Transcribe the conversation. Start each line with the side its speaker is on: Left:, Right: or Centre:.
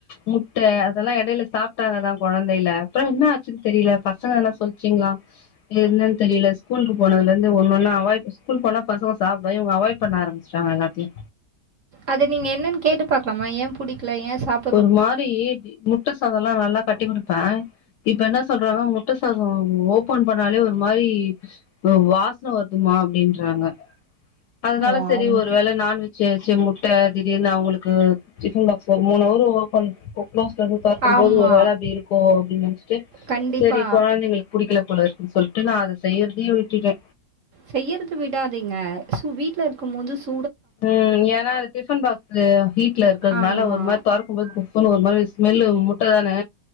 Left: முட் ட்ட அதெல்லா எடைல சாப்ட்டாங்கதா கொழந்தைல அப்றோ என்ன ஆச்சுன்னு தெரில பசங்கல்லா சொல்ச்சுங்ளா என்னன்னு தெரில ஸ்கூலு போனதுலர்ந்து ஒன்னொன்னா அவாய்ட் ஸ்கூல்கு போனா பசங்க சாப்டவே இவங்க அவாய்ட் பண்ண ஆரம்பி ச்டாங்க ல்லாத்தையு
Right: அத நீங்க என்னன்னு கேட்டு பாக்கலாமா ஏ புடிக்கல ஏ சாப்
Left: ஒரு மாரி முட்ட சாதோ ல்லா நல்லா கட்டி குடுப்பே இப்ப என்ன சொல்றாங்கனா முட்ட சாதோ ஓபன் பண்ணாலே ஒரு மாரி தோ வாஸ்ன வருதுமா அப்டின்றாங்க அதனால
Right: ஓ!
Left: சேரி
Right: அவங்களுக்கு
Left: ஒரு வேள நான்வெஜ் வைச்சு முட்ட திடீர்னு அவுங்குளுக்கு டிஃபன் பாக்சு ஓ மூணு அவரு ஓபன் க்ளோஸ்ல இருந்து தெறகும்போது
Right: ஆமா.
Left: ஒரு வேல அப்டி இருக்கோ அப்டின்னு நெனச் சே
Right: கண்டிப்பா.
Left: சேரி கொழந்தைங்களுக்கு புடிக்கல போல இருக்குன் சொல்லிட்டு நா அத செய்றதையே விட்டுடே
Right: செய்யறது விடாதீங்க சு வீட்ல இருக்கு போது சு
Left: ம் ஏன்னா அது டிஃபன் பாக்சு ஹீட்ல இருக்குறனால
Right: ஆமா,
Left: ஒரு மாரி தொறக் க்கும் போது குப்புன்னு ஒரு மாரி ஸ்மெல்லு முட்ட தானே